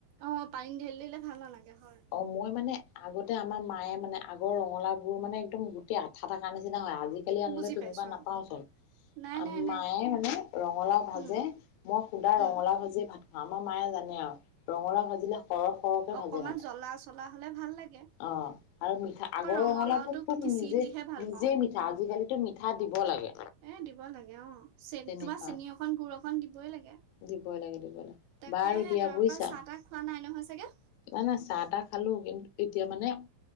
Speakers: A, on the right; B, on the left.
A: অ পানী ঢেলি দিলে ভাল নালাগে হয়,
B: অ মই মানে আগতে আমাৰ মায়ে মানে আগৰ ৰঙলাওবোৰ মানে একদম গোটেই আঠাত থাৰ নিচিনা হয় আজিকালি আনিলে
A: বুজি
B: তেনেকুৱা
A: পাইছোঁ
B: নাপাও
A: অ',
B: চোন
A: নাই,
B: আ
A: নাই, নাই,
B: মায়ে মানে ৰঙালাও ভাজে
A: উম,
B: মই সুদা
A: উম।
B: ৰঙালাও ভাজিয়ে ভাত খাওঁ আমাৰ মায়ে জানে আৰু ৰঙালাও ভাজিলে সৰহ সৰহকে
A: অকমান
B: ভাজে মানে
A: জ্বলা চলা হ'লে ভাল লাগ-
B: অ আৰু মিঠা আগৰ
A: ৰঙালাওটো
B: ৰঙালাউবোৰ খুব
A: খিচি
B: নিজে
A: দিহে ভাল
B: নিজে
A: পাওঁ।
B: মিঠা আজিকালি মিঠা দিব লাগে।
A: এ দিব লাগে অ চে
B: তেনেকুৱা।
A: তোমাৰ চেনী অকন গুৰ অকন দিবই লাগে।
B: দিবই লাগে দিব লাগে
A: তাকে
B: বাৰু দিয়া
A: তাৰ
B: বুজিছা।
A: পৰা চাহ তাহ খোৱা নাই নহয় চাগে?
B: নাই নাই চাহ তাহ খালো কিন্তু এতিয়া মানে